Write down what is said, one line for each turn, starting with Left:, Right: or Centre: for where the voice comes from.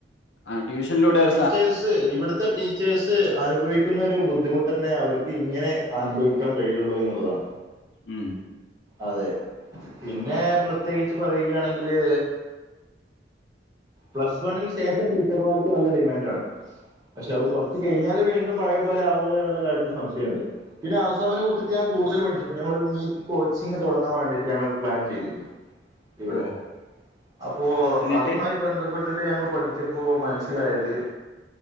Left: ആ ട്യൂഷന്ലൂടവ
Right: ച്ചേഴ്സ് ഇവെട്ത്തെ ടീ ച്ചേഴസ് അനുഭവിക്കുന്നൊരു ബുദ്ധിമുട്ടെന്നെ അവർക്ക് ഇങ്ങനെ അനുഭവിക്കാൻ കഴിയൊള്ളൂ എന്നുള്ളതാണ്
Left: ഉം
Right: അതെ പിന്നെ പ്രത്യേകിച്ച് പറയുകയാണെങ്കില് പ്ലസ് വണ്ണിന്ന് ശേഷം ടീച്ചർമാർക്ക് നല്ല ഡിമേൻഡാണ് പക്ഷെവ കൊറ്ച്ച് കഴിഞ്ഞാൽ വീണ്ടും പഴേ പോലെ ആവോ എന്ന്ള്ള കാര്യത്തിൽ സംശയണ്ട് പിന്നെ ആസാമിനെ കുർച്ചിട്ട് ഞാൻ കൂടുതൽ പഠ്ച്ചപ്പം ഞാൻ നീ കോച്ചിങ് തൊടങ്ങാൻ വേണ്ടീട്ട് ഞങ്ങളൊര് പ്ലേൻ ചെയ്തിരുന്നു ഇവ്ടെ
Left: ഓ
Right: അപ്പോ
Left: എന്നിട്ട്
Right: അതുമായി ബന്ധപ്പെ പ്പെട്ട്ട്ട് ഞങ്ങൾ പഠ്ച്ചപ്പോ മന്സ്സിലായത്